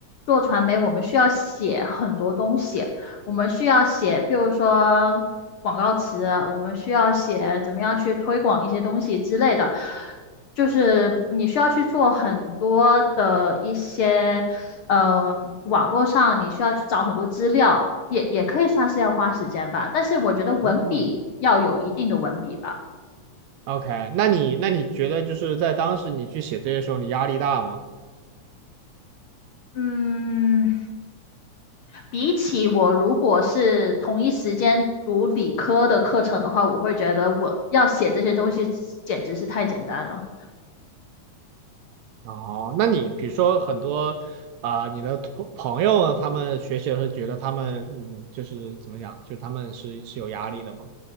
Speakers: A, on the left; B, on the right.
A: 做传媒，我们需要写很多东西，我们需要写，譬如说广告词，我们需要写怎么样去推广一些东西之类的，就是你需要去做很多的一些。呃网络上你需要去找很多资料，也也可以算是要花时间吧。但是我觉得文笔要有一定的文笔吧。
B: 嗯 OK，那你那你觉得就是在当时你去写这些时候，你压力大吗？
A: 嗯，比起我如果是同一时间读理科的课程的话，我会觉得我要写这些东西简直是太简单了。
B: 哦，那你比如说很多啊、你的朋朋友呢他们学习的时候觉得他们嗯，就是怎么讲，就他们是是有压力的吗？